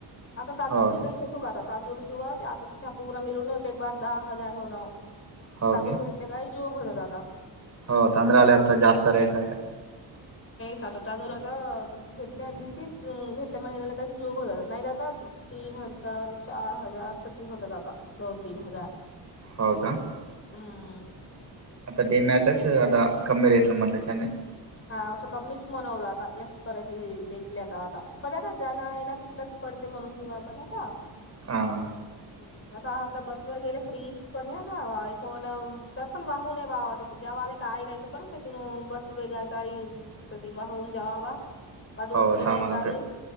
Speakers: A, on the left; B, on the right.
A: आता तांदूर
B: हो ओके
A: बिदूर ता तांदूर सुर आता त्या पूरा मिळून एक एक बार दहा हजार होण
B: ओके
A: तांदूर घे म काही जोक होता दादा
B: हो तांंद्र आले आता जास्त रेट आहे.
A: सातत अनुर आता घेतल्या दिवशी घेतल्या महिन्याला काय क जोग हो जातात नाहीत. आता तीन हजार चार हजार तसे होतात. आता दोन तीन हजार
B: हो का
A: हम्म
B: आता डीमॅटर्स आता कमी रेट ला म्हटलंचने
A: हा असं का मिस म्हनवलं आता या परती देखली आता आता पण आता जाना आहे ना तिलंच पडते. म्हणून घेऊ आपण हता
B: हा
A: हा आता आता बसवर गेले फ्रीज पण का कण त्यात पण वाहूनय वावात जेवले काय नाही. पण तिथून बस वग ते वाहून जेवावा बाजू
B: हो
A: उतरून
B: सामाला
A: येतानी
B: क